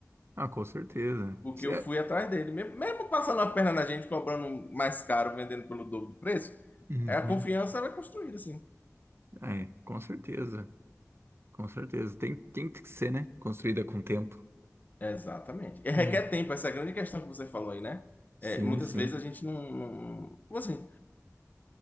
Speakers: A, on the right; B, on the left.
A: Ah, com certeza.
B: porque
A: É,
B: eu fui atrás dele, mesmo mesmo passando a perna na gente, cobrando um mais caro, vendendo pelo dobro do preço,
A: uhum.
B: é a confiança vai construída assim.
A: Ah, É, com certeza. Com certeza. Tem, tem que ser, né? Construída com tempo.
B: Exatamente. E requer
A: Hum.
B: tempo, essa é a grande questão que você falou aí, né?
A: Sim,
B: É, muitas
A: sim.
B: vezes a gente não, não, assim,